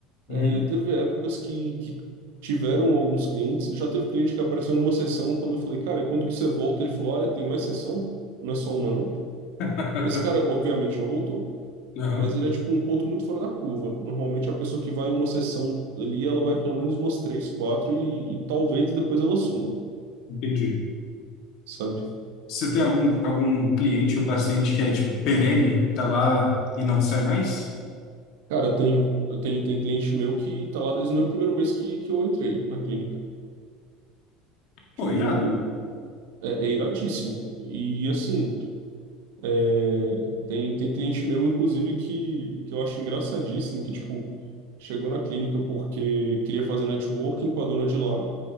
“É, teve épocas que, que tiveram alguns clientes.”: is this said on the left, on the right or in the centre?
Right